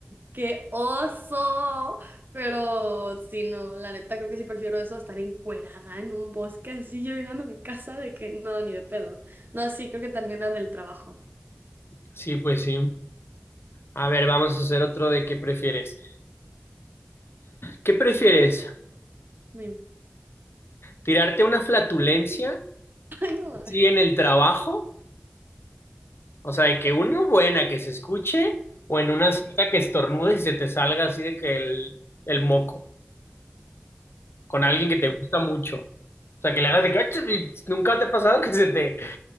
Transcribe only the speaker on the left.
Sí, pues sí. A ver, vamos a hacer otro de qué prefieres. ¿Qué prefieres?
¿Tirarte una flatulencia?
Sí, en el trabajo. O sea, de que una buena que se escuche o en una cita que estornudes y se te salga así de que el, el moco. con alguien que te gusta mucho. O sea, que le hagas de que, "Ah, y nunca te ha pasado que se te,